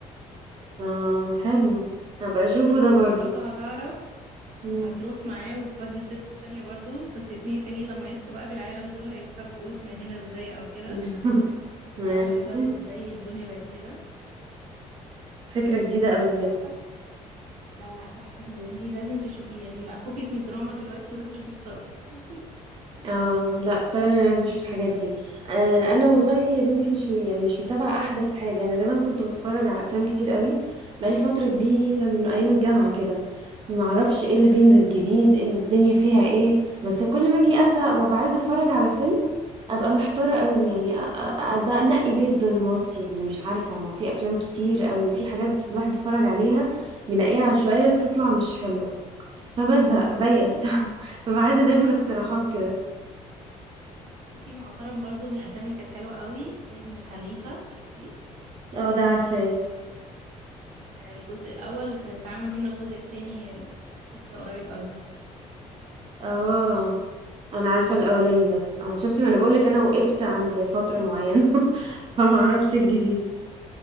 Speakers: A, on the right (about 40°); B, on the right (about 75°).
A: اه حلو هبقى اشوفه ده برضو
B: فمراته هتعرف
A: مم.
B: وهتروح معاه وتودي الست التانية برضو بس الاتنين التانيين لما يصحوا بقى في العالم دول هيتفاجئوا احنا هنا ازاي او كده
A: <laughs>
B: وايه
A: ماشي
B: العالم ده وازاي الدنيا بقت كده
A: فكرة جديدة قوي بجد
B: فلا تحفة لا لا تحفة ده انتي لازم تشوفيه يعني لا فكك من الدراما دلوقتي وروحي شوفيه بسرعة <laughs>
A: اه لا فعلا انا لازم اشوف الحاجات دي آه انا والله يا بنتي مش م- يعني مش متابعه احدث حاجه انا زمان كنت بتفرج على افلام كتير قوي بقالي فتره كبيره من ايام الجامعه كده ما اعرفش ايه اللي بينزل جديد ايه اللي الدنيا فيها ايه بس كل ما اجي ازهق وابقى عايزه اتفرج على فيلم ابقى محتاره قوي يعني أ- أ- أ- ده انقي بيزد اون وات يعني مش عارفه ما في افلام كتير قوي في حاجات الواحد بيتفرج عليها بنقيها عشوائيه بتطلع مش حلوه فبزهق بيأس <laughs> ببقى عايزه دايما اقتراحات كده
B: في مؤخرا برضو من الافلام اللي كانت حلوة قوي فيلم الحريفة شفتيه
A: اه ده عارفاه
B: آه، الجزء الاول وكان اتعمل منه الجزء التاني لسه قريب قوي
A: اه انا عارفه الاولاني بس اه شفت ما انا بقولك انا وقفت عند فتره معينه <laughs> فما اعرفش الجديد